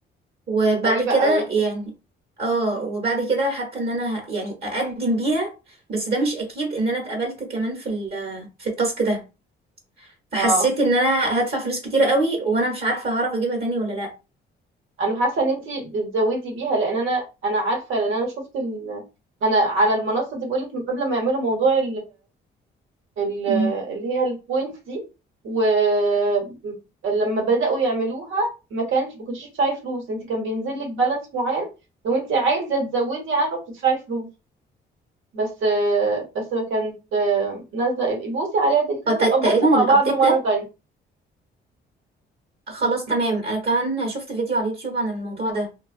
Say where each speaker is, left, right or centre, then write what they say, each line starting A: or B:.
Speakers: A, on the right (about 50°); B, on the right (about 80°).
A: وبعد
B: غريبة
A: كده
B: قوي
A: يعني
B: دي
A: اه وبعد كده حتى ان انا ه- يعني اقدم بيها بس ده مش اكيد ان انا اتقبلت كمان في ال- في التاسك ده فحسيت
B: اه
A: ان انا هدفع فلوس كتير قوي وانا مش عارفه هعرف اجيبها تاني ولا لا
B: انا حاسه ان انت بتزودي بيها لان انا انا عارفه لان انا شفت ال... انا على المنصه دي بقولك من قبل ما يعملوا موضوع ال-
A: مم.
B: اللي هي البوينتس دي ولما بدأوا يعملوها ما كانش ما كنتش بتدفعي فلوس انت كان بينزل لك بالانس معين لو انت عايزة تزودي عنه بتدفعي فلوس بس آه، بس كانت آه، نازلة ابقي بوسي عليها تاني خلينا
A: فت-
B: نبقى نبص
A: تقريبا
B: مع
A: الابديت
B: بعض مرة
A: ده
B: تانية
A: خلاص تمام انا كمان شفت فيديو على اليوتيوب عن الموضوع ده